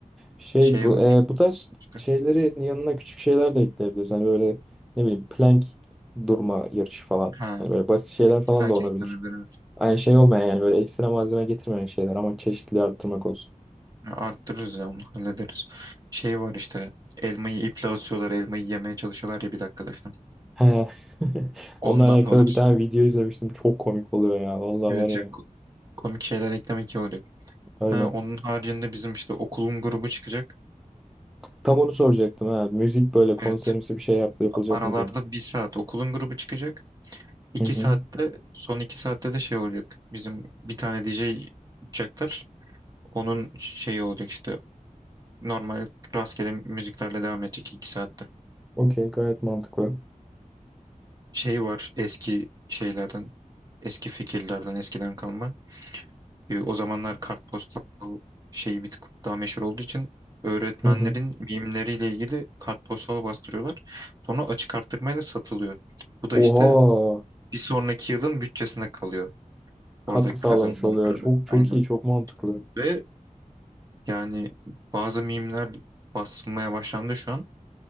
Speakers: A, in the centre; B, on the right (about 30°).
A: Şey
B: Şey
A: bu
B: var.
A: e, bu tarz
B: Başka.
A: şeylerin yanına küçük şeyler de ekleyebiliriz. Hani böyle ne bileyim plank durma yarışı falan.
B: Ha,
A: Hani böyle basit şeyler falan
B: illa
A: da
B: ki
A: olabilir.
B: eklenebilir. evet.
A: Aynı şey olmayan yani böyle ekstra malzeme getirmeyen şeyler ama çeşitliliği arttırmak olsun.
B: Ya Arttırırız ya onu hallederiz. Şey var işte elmayı iple asıyorlar elmayı yemeye çalışıyorlar ya bir dakikada falan.
A: He. <laughs>
B: Ondan
A: Onunla alakalı
B: var.
A: bir tane video izlemiştim. Çok komik oluyor ya. Vallahi
B: Evet
A: var ya
B: ya, ko- komik şeyler eklemek iyi olacak.
A: öyle.
B: Ha, onun haricinde bizim işte okulun grubu çıkacak.
A: Tam onu soracaktım ha. Müzik böyle konserimsi
B: Evet
A: bir şey yap, yapılacak
B: aralarda
A: mı diye.
B: bir saat okulun grubu çıkacak. İki
A: Hı hı.
B: saatte son iki saatte de şey olacak. Bizim bir tane DJ tutacaklar. Onun şeyi olacak işte normal rastgele müziklerle devam edecek iki saatte.
A: Okey gayet mantıklı.
B: şey var eski şeylerden, eski fikirlerden, eskiden kalma. E, o zamanlar kartpostal şeyi bir tık daha meşhur olduğu için öğretmenlerin
A: Hı hı.
B: mimleriyle ilgili kartpostal bastırıyorlar. Sonra açık arttırmayla satılıyor. Bu da işte
A: Oha
B: bir sonraki yılın bütçesine kalıyor
A: katkı
B: oradaki
A: sağlamış
B: kazanılan
A: oluyor.
B: parada.
A: Çok çok
B: Aynen.
A: iyi çok mantıklı.
B: Ve yani bazı mimler basılmaya başlandı şu an.